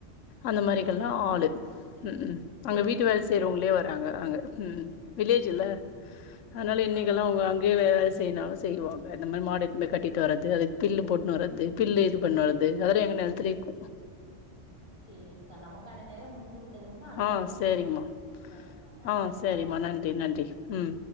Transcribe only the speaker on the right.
அதா அதாங்
சேரி
சேரிங்க்கா
சேரி
சேரிங்
ஆமாங்க்கா
சேரிங்க்கா நமக் கான நேரம் முடிந்து விட்டதுங்க்கா அடுத்த
அழைப்பில்
நம்ம தொடர்ந்து பேசலாம்க்கா நன்றிங்க்கா